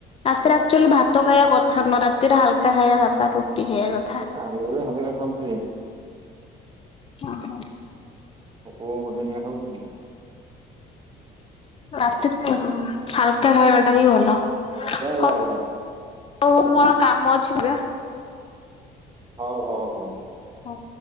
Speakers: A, on the left; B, on the right.
A: ରାତିରେ ଆକ୍ଚୁଆଲି ଭାତ ଖାଇବା କଥା ନ ରାତିରେ ହାଲକା ଖାଇବା ରୁଟି ଖାଇବା କଥା।
B: <unintelligible>
A: ଓ ହୋ।
B: ପୋକୋ <unintelligible> ଦନିଆ ଖାଉଛୁ। କି
A: ରାତିରେ ହାଲକା ଖାଇବା ଟା ହିଁ ଭଲ।
B: <unintelligible>
A: ହଉ ହଉ ମୋର କାମ ଅଛି ପରା।
B: ହଉ ହଉ ହଉ।
A: ହଁ।